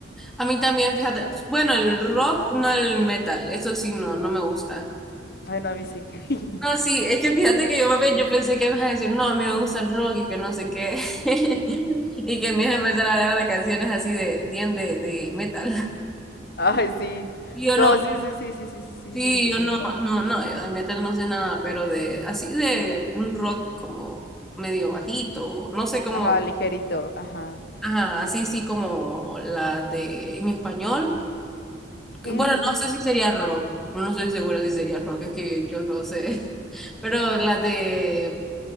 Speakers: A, in the centre; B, on the left.
A: A mí también, fíjate. Bueno, el rock, no el metal. Eso sí, no, no me gusta.
B: Ay, no, a mí sí. <laughs>
A: No, sí, es que fíjate que yo, mami, yo pensé que me ibas a decir, no, a mí me gusta el rock y que no sé qué. <laughs> Y que me ibas a empezar a hablar de canciones así de, bien de, de metal.
B: Ay, sí.
A: Y yo
B: No,
A: no,
B: sí, sí, sí, sí, sí, sí, sí,
A: Sí,
B: sí, ubico, sí,
A: yo no,
B: ubico.
A: no, no, yo de metal no sé nada, pero de así de un rock como medio bajito, no sé cómo,
B: Ajá, ligerito, ajá.
A: ajá, así sí como la de en español. que-
B: Ujú.
A: Bueno, no sé si sería rock, no estoy segura si sería rock, es que yo no sé. <laughs> Pero la de,